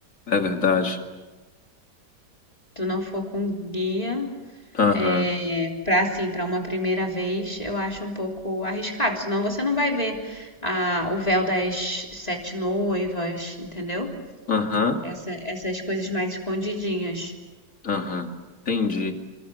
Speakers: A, on the left; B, on the left.
A: É verdade.
B: Tu não for com guia,
A: Aham,
B: é, para assim, para uma primeira vez, eu acho um pouco arriscado. Senão você não vai ver a, o véu das sete noivas, entendeu?
A: aham,
B: Essa- essas coisas mais escondidinhas.
A: aham. Entendi.